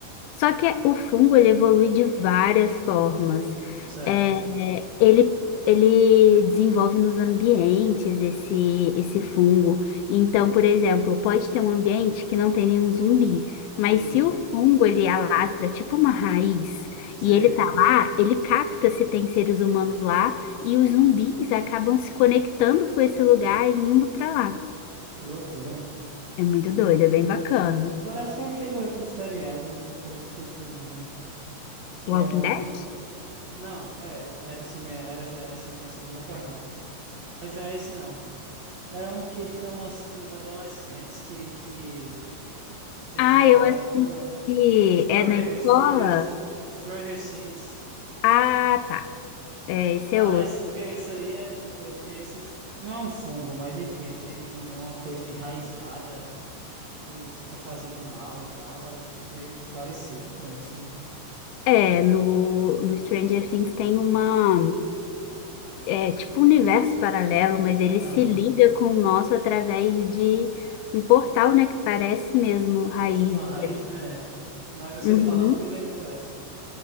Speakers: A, on the left (about 85°); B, on the right (about 55°).
A: Só que o fungo, ele evolui de várias formas.
B: Certo.
A: É, ele, ele desenvolve nos ambientes esse, esse fungo. Então, por exemplo, pode ter um ambiente que não tem nenhum zumbi, mas
B: Hum,
A: se o fungo ele alastra tipo uma raiz
B: sei.
A: e ele tá lá, ele capta se tem seres humanos lá e os zumbis acabam se conectando com esse lugar e indo pra lá.
B: Que loucura, hein?
A: É muito doido, é bem bacana.
B: Parece com aquele outro seriado que eu esqueci o nome, que
A: Walking
B: é uma.
A: Dead?
B: Não, é, era, esse minha, era essa essa minha segunda pergunta. Mas não é esse não. É um que são os, os adolescentes que, que Tem
A: Ah,
B: uma casa,
A: eu assisti.
B: como é? Stranger,
A: É na escola?
B: Stranger, Stranger Things.
A: Ah, tá. É, esse
B: Parece
A: é outro.
B: porque esse aí é, tipo, ele tem esse, f- não é um fungo, mas enfim, ele tem um- uma coisa enraizada que fica fazendo mal e tal, é meio que parecido com isso, né?
A: É, no, no Stranger Things tem uma, é, tipo um universo paralelo, mas ele
B: Aham.
A: se liga com o nosso através de um portal, né, que parece mesmo raízes
B: Não é tipo uma raiz,
A: ali.
B: né? Mas você
A: Uhum.
B: falando me lembrou essa.